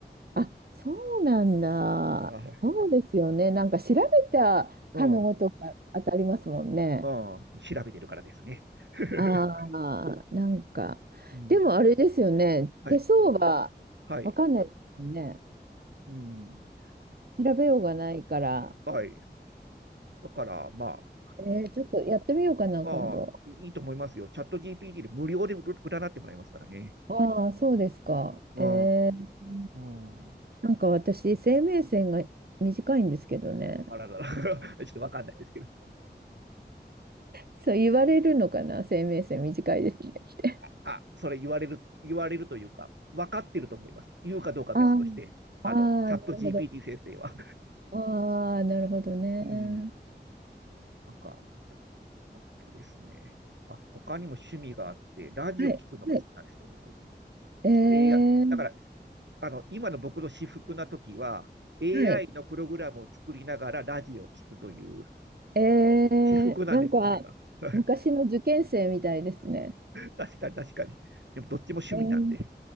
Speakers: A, on the right; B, on the right.
A: あ、そうなんだ。
B: はい。
A: そうですよね。なんか調べたかのごとく当たりますもんね。
B: うん。うん。調べてるからですね。<laughs>
A: ああ、なんか。
B: うん。
A: でもあれですよね。
B: はい。
A: 手相は
B: はい。
A: わかんないですよね。
B: うん。
A: 調べようがないから。
B: はい。だから、まあ、
A: えーちょっとやってみようかな、
B: ああ、
A: 今度。
B: いいと思いますよ。チャット GPT で無料で占ってもらいますからね。
A: ああ、そうですか。
B: うん。
A: えー
B: うん。
A: なんか私、生命線が短いんですけどね。
B: あららら、<laughs> ちょっとわかんないですけど。
A: そう言われるのかな、生命線短いですねって。
B: あ、それ言われる、言われるというか、分かってると思います。言うかどうか別として、
A: あ
B: あの、
A: あ、ああ、
B: チャット
A: なるほど。
B: GPT 先生は。
A: ああ、なるほどね。
B: うん、なんか、あとですね。あ、他にも趣味があって、ラジオ聞くのが好きなんですよ、
A: はい、はい。
B: 僕。
A: え
B: ちょっと AI、
A: ー、
B: だから、あの、今の僕の私服な時は、AI
A: はい。
B: のプログラムを作りながらラジオを聞くという、
A: えー、
B: 私服なんですよ、
A: なんか、
B: それが。<laughs>
A: 昔の受験生みたいですね。
B: 確かに、確かに。でも、どっちも趣味なんで。
A: えー、